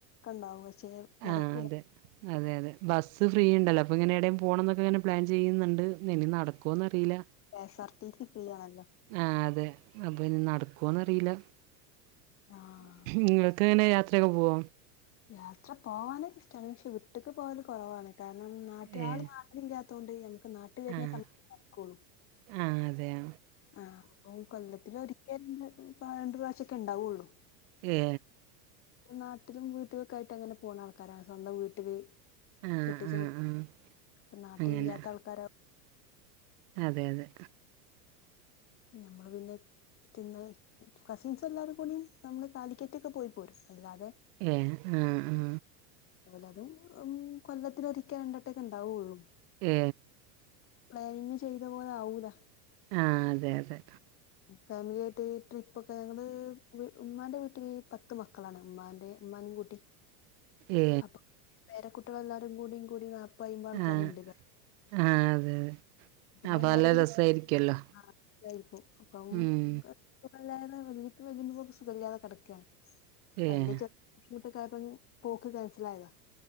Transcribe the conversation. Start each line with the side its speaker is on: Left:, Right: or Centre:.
Left: ഉണ്ടാവും പക്ഷെ നടക്കൂല
Right: ആഹ് അതെ. അതെ അതെ ബസ് ഫ്രീ
Left: ഉം
Right: ഇണ്ടല്ലോ അപ്പൊ ഇങ്ങനെ എടേം പോണം എന്നൊക്കെ ഇങ്ങെനെ പ്ലാൻ ചെയ്യ്ന്ന്ണ്ട് ഇനി നട നടക്കൊന്നറിയില്ല
Left: K S R T C free ആണല്ലോ
Right: ആഹ് അതെ അപ്പൊ ഇനി നടക്കൊന്നറിയില്ല.
Left: ആഹ്
Right: നിങ്ങൾക്ക്‌ങ്ങനെ യാത്രയൊക്കെ പോവോ
Left: യാത്ര പോകാനൊക്കെ ഇഷ്ടാണ് പക്ഷെ വിട്ടക്ക് പോവൽ കുറവാണ് കാരണം നാട്ടള്
Right: ഏഹ്
Left: മാറു ഇല്ലാത്തുകൊണ്ട് നമുക്ക് നാട്ട് വരുന്ന
Right: ആഹ്
Left: സമയത്തേ നടക്കൊള്ളു.
Right: ആഹ് അതെയെ.
Left: ആഹ് അപ്പം കൊല്ലത്തിൽ ഒരിക്കൽ രണ്ട് പ്രാവശ്യൊക്കെ ഇണ്ടാവുള്ളൂ.
Right: ഏ
Left: നാട്ടിലും വീട്ടിലുംക്കായിട്ട് അങ്ങനെ പോണ ആൾക്കാരാണ് സ്വന്തം വീട്ടില്.
Right: ആഹ്
Left: ദേഷ്യപിടി
Right: ആഹ് ആഹ്
Left: നാട്ടിലില്ലാത്തൾക്കാരാ
Right: അങ്ങനെ അതെ അതെ.
Left: ഞമ്മള് പിന്നെ. തിന്ന് കസിൻസ് എല്ലാരും കൂടി നമ്മള് കാലിക്കറ്റ്ക്കെ പോയി പോരും അല്ലാതെ
Right: ഏ ആഹ് ആഹ്.
Left: ഓലെത്തും കൊല്ലത്തിലൊരിക്കെ രണ്ട് വട്ടൊക്കെണ്ടാവൊള്ളും.
Right: ഏ.
Left: പ്ലാനിങ്ങ് ചെയ്ത പോലെ ആവൂല.
Right: ആഹ് അതെ അതെ.
Left: ഫാമിലി ആയിട്ട് ട്രിപ്പ്ക്കെ ഞങ്ങള് ഉമ്മാന്റെ വീട്ടിൽ പത്ത് മക്കളാണ് ഉമ്മാന്റെ ഇമ്മാനിം കൂട്ടി.
Right: ഏ.
Left: അപ്പൊ പേരക്കുട്ടികളെല്ലാരും കൂടി കൂടി നാ പ്പയ്പ്പള് ആൾക്കാര്ണ്ട്
Right: ആഹ്
Left: പേ
Right: ആഹ് അതെ അതെ
Left: പിന്നെ
Right: അപ്പൊ
Left: എല്ലാരും
Right: നല്ല
Left: കൂടി
Right: രസായിരിക്കുവല്ലോ
Left: ആഹ് ലൈഫും ഒക്കെവും
Right: ഉം
Left: ഒക്കെ. സുഖല്ലാതെ വല്ല്യപ്പാ വല്ല്യമ്മി ഇപ്പൊ സുഖല്ലാതെ കിടക്കാണ് അപ്പ
Right: ഏഹ്
Left: അയിന്റെ ചെറിയ ബുദ്ധിമുട്ട് കാർണം ഇനി പോക്ക് കൻസൽ ആയതാ.